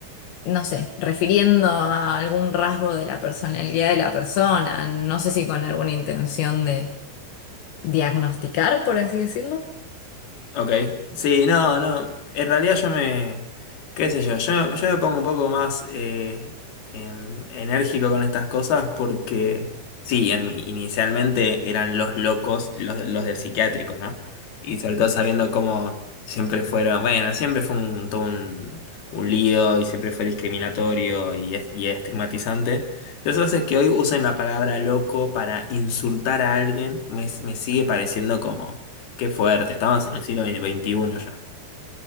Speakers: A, on the left; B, on the left.
A: no sé, refiriendo a algún rasgo de la personalidad de la persona, no sé si con alguna intención de diagnosticar, por así decirlo.
B: Ok, sí, no, no, en realidad yo me, qué sé yo, yo, yo me pongo un poco más eh, em, enérgico con estas cosas porque, sí, en- inicialmente eran los locos, los, los del psiquiátrico, ¿no? Y sobre todo sabiendo cómo siempre fueron, bueno, siempre fue un, todo un, un lío y siempre fue discriminatorio y, es- y estigmatizante. Entonces es que hoy usen la palabra loco para insultar a alguien, me me sigue pareciendo como... Qué fuerte, estamos en el siglo XXI ya.